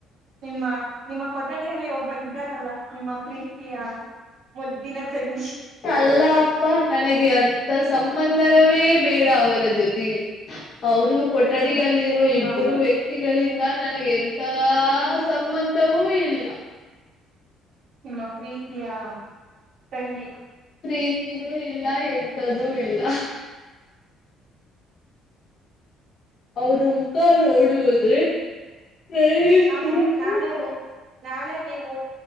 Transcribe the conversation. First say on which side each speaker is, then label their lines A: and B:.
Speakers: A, on the right; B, on the left.
A: ನಿಮ್ಮ ನಿಮ್ಮ ಕೊಠಡಿಯಲ್ಲಿ ಒಬ್ಬರು ಇದ್ದಾರಲ್ಲ ನಿಮ್ಮ ಪ್ರೀತಿಯ ಮುದ್ದಿನ ತಂಗಿ
B: ಅಲ್ಲ ಅಪ್ಪ ನನಗೆ ಅಂತ ಸಂಬಂಧ ಧವೇ ಬೇಡ ಅವರ ಜೊತೆಗೆ ಅವರು ಕೊಠಡಿಗಲ್ಲಿರೋ
A: ನಿಮ್ಮ
B: ಇಬ್ಬರು ವ್ಯಕ್ತಿ ಈಗಳಿಂದ ನನಗೆ ಎಂತ ಸಂಬಂಧವೂ ಇಲ್ಲ
A: ನಿಮ್ಮ ಪ್ರೀತಿಯ ತಂಗಿ
B: ಪ್ರೀತಿನೂ ಇಲ್ಲ ಎಂತದ್ದು ಇಲ್ಲ ಅವ್ರ ಮುಖ ಓಡುವುದೆ ಹೇಗೆ
A: ಆಮೇಲೆ
B: <unintelligible>
A: ನಾಳೆ ನಾಳೆ ನೀವು